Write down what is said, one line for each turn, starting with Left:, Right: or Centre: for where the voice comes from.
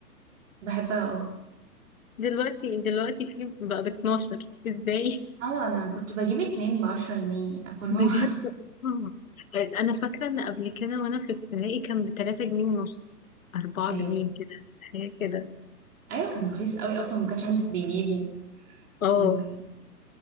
Right: بحبها اه
Left: دلوقتي دلوقتي في بقى ب 12 ازاي
Right: ايوه انا كنت بجيب اتنين بعشرة جنيه اكلهم
Left: بجد آه. انا فاكره ان قبل كده وانا في ابتدائي كان ب 3 جنيه ونص 4
Right: <laughs> ايوه
Left: جنيه كده حاجه كده
Right: ايوه كان رخيص قوي اصلا وما كانش حد بيجيبه
Left: اه
Right: واللبان